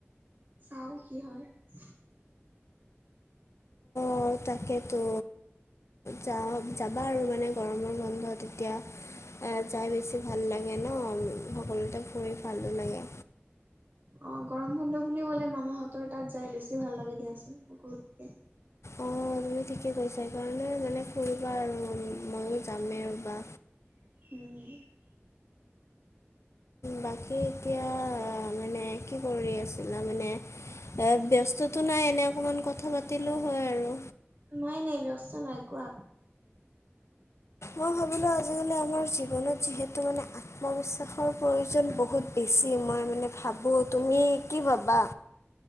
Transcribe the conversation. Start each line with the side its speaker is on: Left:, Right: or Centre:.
Right: চাও কি হয়
Left: অঁ তাকেতো যাওঁ যাবা আৰু মানে গৰমৰ বন্ধ এতিয়া
Right: <unintelligible>
Left: এই যাই বেছি ভাল লাগে ন সকলোতে ফুৰি ভালো লাগে
Right: অ গৰম বন্ধ বুলি ক'লে মামাহঁতৰ তাত যাই বেছি ভাল লাগে দিয়াচোন সকলোতকে
Left: অঁ তুমি ঠিকে কৈছা সেইকাৰণে যেনে ফুৰিবা আৰু ময়ো যামেই ৰ বা
Right: উম
Left: বাকী এতিয়া মানে কি কৰি আছিলা মানে এ ব্যস্ততটো নাই এনে অকণমান কথা পাতিলেও হয় আৰু
Right: নাই নাই ব্যস্ত নাই কোৱা
Left: মই ভাবিলোঁ আজিকালি আমাৰ জীৱনত যিহেতু মানে মবিশ্বাসৰ প্ৰয়োজন বহুত বেছি মই মানে ভাবো তুমি কি ভাবা